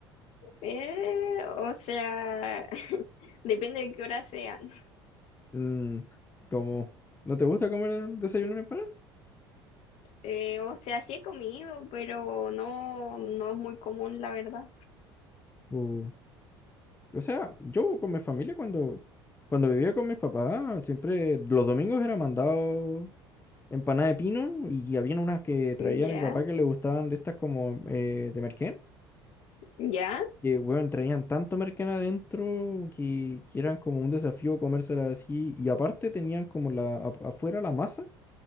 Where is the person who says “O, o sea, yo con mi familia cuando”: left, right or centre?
Left